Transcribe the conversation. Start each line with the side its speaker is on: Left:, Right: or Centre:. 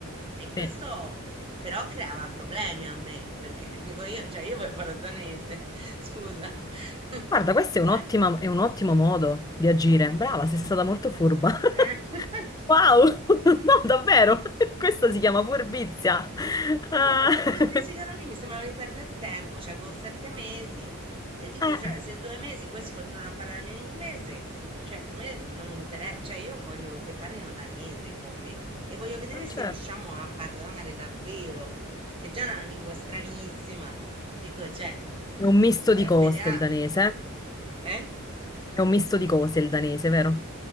Right: E questo
Left: Sì.
Right: però creava problemi a me, perché <laughs> dico io, cioè io voglio parlare danese, <laughs> scusa. <laughs>
Left: Guarda, questo è un
Right: Eh.
Left: ottima- è un ottimo modo di agire. Brava, sei stata molto furba. <laughs>
Right: eh. <laughs>
Left: Wow, <laughs> no, davvero, <laughs> questa si chiama furbizia. Ah,
Right: Eh, e dopo due mesi
Left: <laughs>
Right: che ero lì mi sembrava di perdere tempo, cioè avevo sette mesi e dico,
Left: eh,
Right: cioè, se due mesi questi continuano a parlarmi in inglese, cioè a me non mi interessa, cioè io voglio che parlino danese con me e voglio vedere
Left: ma certo.
Right: se riusciamo a parlare davvero, che già è una lingua stranissima, dico, cioè,
Left: È un misto
Right: eh,
Left: di cose
Right: vediamo,
Left: il danese, eh?
Right: eh?
Left: è un misto di cose il danese, vero?